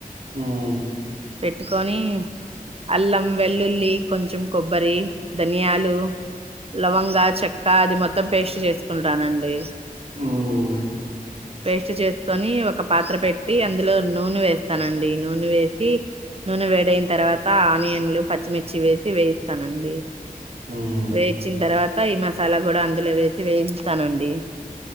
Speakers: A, on the right (about 90°); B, on the right (about 40°).
A: మ్!
B: పెట్టుకొని అల్లం, వెల్లుల్లి కొంచెం కొబ్బరి. ధనియాలు లవంగా, చెక్క అది మొత్తం పేస్ట్ చేసుకుంటానండి.
A: మ్మ్.
B: పేస్ట్ చేసుకొని, ఒక పాత్ర పెట్టి అందులో నూనె వేస్తానండి. నూనె వేసి నూనె వేడైన తర్వాత ఆనియన్లు, పచ్చిమిర్చి వేసి వేయిస్తానండి.
A: మ్మ్.
B: వేయించిన తర్వాత, ఈ మసాలా కూడా అందులో వేసి వేయిస్తానండి.